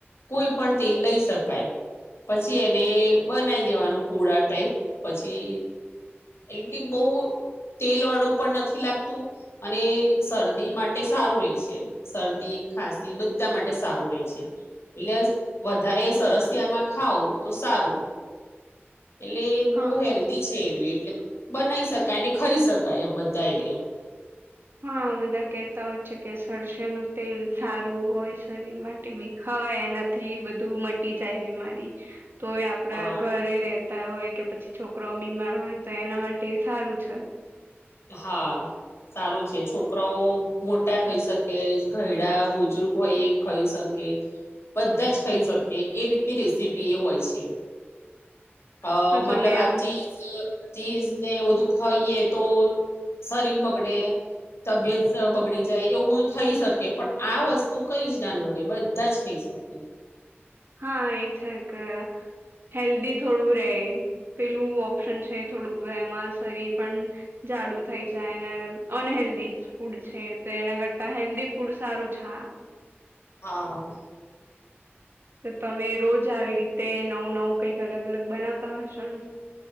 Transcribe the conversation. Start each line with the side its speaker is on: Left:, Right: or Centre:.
Left: કોઈ પણ તેલ લઈ શકાય પછી એને બનાવી દેવાનું પૂળા ટાઈપ પછી એટ કે બહ તેલ વાળું પણ નથી લાગતું અને શરદી માટે સારું રહેે છે એમ. શરદી, ખાંસી બધા માટે સારું રહેે છે એલે વધારે સરસિયામાં ખાવ તો સારું. એટલે બહુ
Right: હા
Left: હેલ્ધી છે, એલુ એ એટલે બનાવી શકાય ને ખાઈ શકાય એમ બધાને એમ.
Right: હા બધા કેહેતા હોય છે કે, સરસિયાનું તેલ સારું હોય શરીર માટે. બી ખાવાય એનાથી બધું મટી જાય બીમારી. તો એ આપડા
Left: હા
Right: ઘરે રેતા હોય કે પછી છોકરાઓ બીમાર હોય તો એના માટે સારું છે.
Left: હા સારું છે, છોકરાઓ મોટા થઈ શકે, ઘયડા બુજુર્ગ હોય એ ખાઈ શકે. કે બધા જ ખઈ શકે એ રીતની રેસીપી એ હોય છે. અ
Right: તો
Left: મતલબ
Right: તમે
Left: આ
Right: આમ
Left: ચીજ ચીજ ને એ બધું ખઈએ તો શરીર બગડે તબિયત બગડી જાય એવું બધું થઈ શકે પણ આ વસ્તુ કઈ જ ના નડે બધા જ થઈ સરકે
Right: હા એ છે કે હેલ્ધી થોડું રેય પેલું ઓપ્શન છે એ થોડું એમાં શરીર પણ જાડુ થઈ જાય ને અનહેેલ્ધી ફૂડ છે તો એના કરતા હેલ્ધી ફૂડ સારું છે
Left: હા
Right: તો તમે રોજ આવી રીતે નવું નવું અલગ અલગ બનાવતા હશો ને?